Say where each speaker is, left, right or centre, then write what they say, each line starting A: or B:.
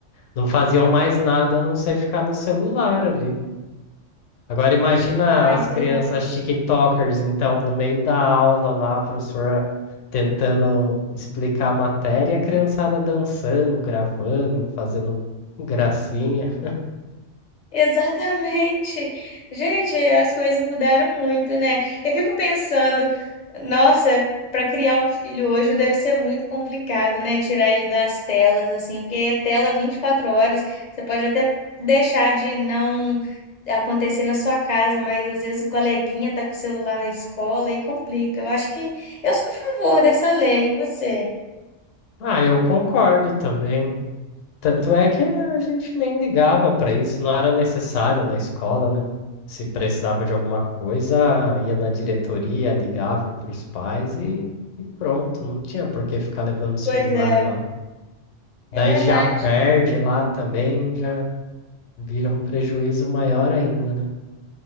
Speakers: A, on the left (about 80°); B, on the left (about 50°).
A: não faziam mais nada a não ser ficar no celular ali. Agora imagina
B: Ai,
A: as
B: pois
A: crianças
B: é.
A: TikTokers, então, no meio da aula lá, a professora tentando explicar a matéria, e a criançada dançando, gravando, fazendo gracinha.
B: Exatamente. Gente, as coisas mudaram muito, né? Eu fico pensando, nossa, para criar um filho hoje deve ser muito complicado, né? Tirar ele das telas, assim, porque é tela 24 horas, você pode até deixar de não acontecer na sua casa, mas às vezes o coleguinha tá com o celular na escola e complica. Eu acho que eu sou a favor dessa lei, e você?
A: Ah, eu concordo também. Tanto é que a gente nem ligava para isso, não era necessário na escola, né? Se precisava de alguma coisa, ia na diretoria, ligavam para os pais e, e pronto, não tinha por que ficar levando o celular
B: Pois é,
A: lá.
B: é
A: Daí
B: verdade.
A: já perde lá também, já vira um prejuízo maior ainda, né?